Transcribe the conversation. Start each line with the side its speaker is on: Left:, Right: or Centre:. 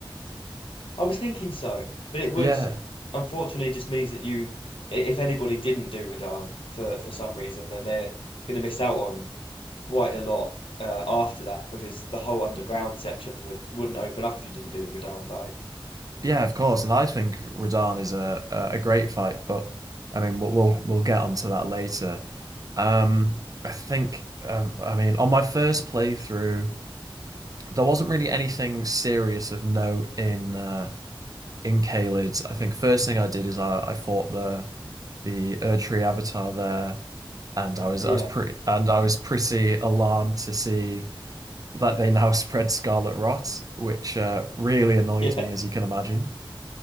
Left: I was thinking so, but it would
Right: Yeah,
Left: unfortunately just means that you, if anybody didn't do Radahn for for some reason, then they're going to miss out on quite a lot uh, after that because the whole underground section would wouldn't open up if you didn't do the Radahn fight.
Right: yeah, of course. And I think Radahn is a a a great fight, but I mean, we'll we'll, we'll get onto that later. Um, I think um, I mean, on my first playthrough, there wasn't really anything serious of note in uh in Caelid, I think first thing I did is I, I fought the the Erdtree Avatar there, and I was
Left: Yeah,
Right: I was pretty and I was pretty alarmed to see that they now <laughs> spread Scarlet Rot, which uh, really annoyed
Left: <laughs> yeah.
Right: me, as you can imagine.